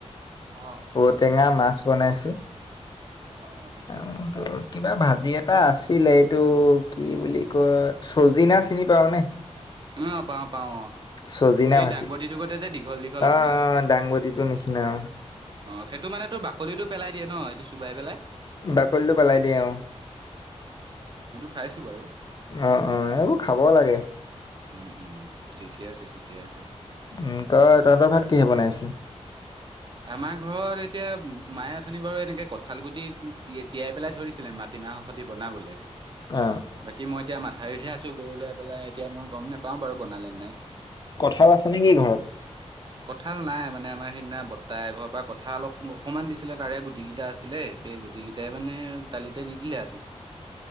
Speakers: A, on the right; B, on the left.
A: অ
B: ঔ টেঙা মাছ বনাইছে।
A: অ অ ঠিকে
B: আৰু
A: আছে ঠিকে আছে
B: কিবা ভাজি এটা আছিলে টো কি বুলি কয় চজিনা চিনি পাৱ নে?
A: অহ, পাওঁ পাওঁ অ'।
B: চজিনা
A: এই
B: ভাজি
A: দাংবতিটো সৈতে যে দীঘল দীঘল
B: অ',
A: অকমান।
B: অ', দাংবদিটোৰ নিচিনা অ'।
A: অ' সেইটো মানে তোৰ বাকলিটো পেলাই দিয়ে ন এইটো চোবাই পেলাই?
B: বাকলিটো পেলাই দিয়ে অ'।
A: খাইছোঁ বাৰু।
B: অ', অ', এইবোৰ খাব লাগে।
A: উম, উম ঠিকে আছে, ঠিকে আছে।
B: উম, তই তহঁতৰ ভাত কিহে বনাইছে?
A: আমাৰ ঘৰত এতিয়া মায়ে অথনি বাৰু এনেকে কঁঠালগুটি তি-তি-তিয়াই পেলাই থৈ দিছিলে মাটি মাহ সতি বনাবলে।
B: অ',
A: বাকী মই এতিয়া মাথাউৰিতহে আছোঁ গৰু লাই পেলাই এতিয়া মই গম নেপাও বাৰু বনালে নাই।
B: কঁঠাল আছে নেকি ঘৰত?
A: কঁঠাল নাই মানে আমাৰ সেইদিনা বৰ্তা এঘৰৰ পৰা কঁঠাল অক-অকণমান দিছিলে তাৰে গুটিকিটা আছিলে, সেই গুটিকিটাই মানে দালিতে দি দিলে আজি,